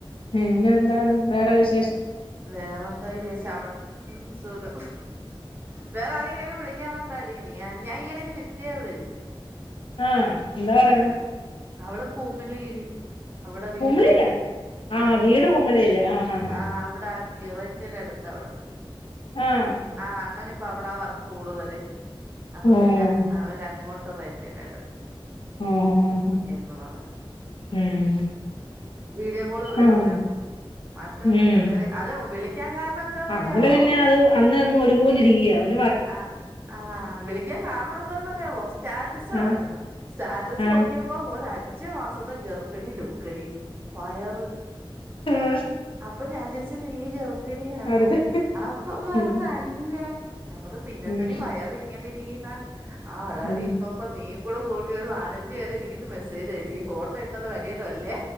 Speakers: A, on the left; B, on the right.
A: പിന്നെ എന്താണ് വേറെ വിശേ -
B: വേറെന്താ വിശേഷ അവിടെ ഉം സുഖം വേറെ ആരെങ്കിലും ക്കെ വിളി വിളിക്കാറുണ്ടോ ഡീ നീ ഞാൻഈടക്ക് നിത്യേ വിളിച്ച്
A: ആ എന്താ പറയുന്ന
B: ആഹ് അവള് കുമിളിയില് അവിടെ വീട്
A: കുമളിയിലാ ആഹ്
B: ആ
A: വീട് കുമളിയില് ആഹ് ആഹ്
B: ആ അവിടെ ആകി റെന്റിനെടുത്ത് അവിടെ
A: ആഹ് ആഹ്
B: ആ അണ്ണൻ ഇപ്പ അവിടെ ആ വർക്ക് കൂടുതല് അപ്പൊ
A: ഉം
B: പിന്നെ അവരങ്ങോട്ട് ഉത്തരേന്ത്യന <unintelligible>
A: ഉം
B: എന്ന് പറ
A: ഉം
B: വീഡിയോ കോള് വിളിച്ചായിരുന്നു
A: ആഹ്
B: മാറ്റൊന്നുമല്ല
A: ഉം
B: അ അ വിളി ക്കാൻ കാരണം എന്താന്ന്
A: ആഹ്
B: അറിയാവോ
A: അവള് പിന്നെ അത് അന്ന് അന്ന് ഒരുപോലെ ഇരിക്കുകയ
B: ആ ആ വിളിക്കാൻ കാരണം എന്തോന്ന് അറിയാമോ സ്റ്റാറ്റസ് കെടക്കുന്ന്
A: ആഹ്
B: സ്റ്റാറ്റ
A: ആഹ്
B: ക്കിയപ്പം ഒരലി <unintelligible> ഞ്ച് മാസത്തെ ഗർഫിണി ലുക്കെടി വയറ്
A: ആഹ്
B: അപ്പൊ ഞാൻ ചോച്ചു നീ ഗർഭിണിയാണാ
A: അടുത്ത്
B: അപ്പൊ പറഞ്ഞ്
A: ഉം
B: അല്ല ഞമ്മള് പിന്നെന്തടി
A: ഉം
B: വയറ് ഇങ്ങനെ ഇരിക്കുന്നാ ആ അതാടി
A: ഉം
B: ഇപ്പ ഇപ്പ നീ കൂടെ കൂട്ടി ഒരു നാലഞ്ചു പരെ എനിരിക്കുന്നു മെസ്സേജ് അയച്ചു ഈ ഫോട്ടോ ഇട്ടത് വലിയതോല്ലേ